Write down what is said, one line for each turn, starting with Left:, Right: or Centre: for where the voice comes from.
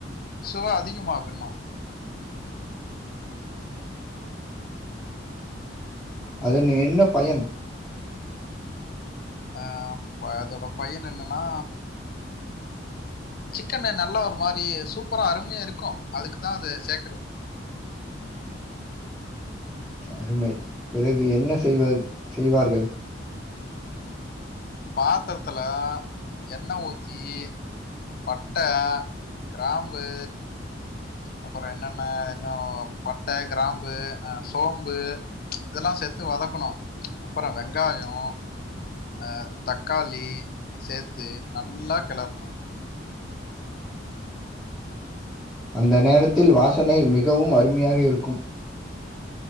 Left: சுவ அதிகமாகு இன்னு
Centre: அதன் என்ன பயன்
Left: ஆ அதோட ப பயன் என்னன்னா சிக்கன் நல்லா ஒரு மாரி சூப்பரா அருமையா இருக்கும் அதுக்கு தான் அது சேக்கறது
Centre: அருமை பிறகு என்ன செய்வது செய்வார்கள்
Left: பாத்ரத்துல எண்ண ஊத்தி பட்ட கிராம்பு அப்பறோ என்னன்ன இன்னும் பட்ட கிராம்பு அ சோம்பு இதெல்லா சேத்து வதக்கணு அப்பறோ வெங்காயோ ஆ தக்காளி சேத்து நல்லா கெளற்ணு
Centre: அந்த நேரத்தில் வாசனை மிகவும் அருமையாக இருக்கும்